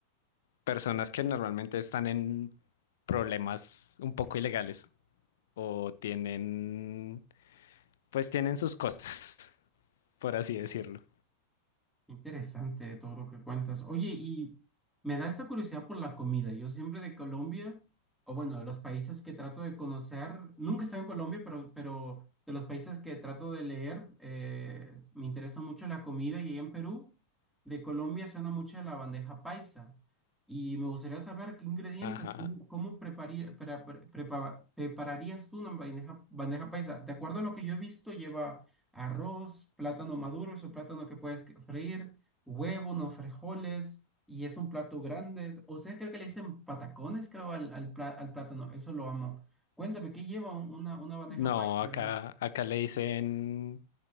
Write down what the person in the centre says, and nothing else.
Interesante todo lo que cuentas. Oye, y me da esta curiosidad por la comida. Yo siempre de Colombia, o bueno, de los países que trato de conocer, nunca he estado en Colombia, pero, pero de los países que trato de leer, eh, me interesa mucho la comida. Y ahí en Perú, de Colombia suena mucho a la bandeja paisa. Y me gustaría saber qué ingredientes,
cómo, cómo preparí- pre- pre- prepa- prepararías tú una bandeja, bandeja paisa. De acuerdo a lo que yo he visto, lleva arroz, plátano maduro, es un plátano que puedes que- freír, huevo, unos frijoles, y es un plato grande. Ustedes creo que le dicen patacones, creo, al, al, pla- al plátano, eso lo amo. Cuéntame, ¿qué lleva un- una, una bandeja
paisa?